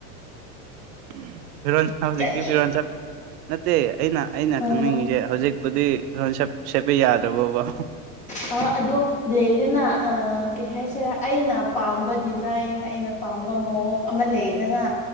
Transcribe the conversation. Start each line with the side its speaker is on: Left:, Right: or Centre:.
Right: ꯎꯝ ꯐꯤꯔꯣꯟ ꯍꯧꯖꯤꯛꯇꯤ
Left: ꯆꯠꯅꯤꯡ
Right: ꯐꯤꯔꯣꯟ ꯆꯠ ꯅꯠꯇꯦ ꯑꯩꯅ ꯑꯩꯅ
Left: ꯎꯝ
Right: ꯈꯪꯅꯤꯡꯉꯤꯁꯦ ꯍꯧꯖꯤꯛ ꯄꯨꯨꯗꯤ ꯐꯤꯔꯣꯟ ꯁꯦꯠ ꯁꯦꯠꯄ ꯌꯥꯗ꯭ꯔꯕꯣꯕ
Left: ꯑ ꯑꯗꯣ ꯂꯩꯗꯅ ꯑ ꯀꯩ ꯍꯥꯏꯁꯤꯔ ꯑꯩꯅ ꯄꯥꯝꯕ ꯗꯤꯖꯥꯏꯟ ꯑꯩꯅ ꯄꯥꯝꯕ ꯃꯑꯣꯡ ꯑꯃ ꯂꯩꯗꯅ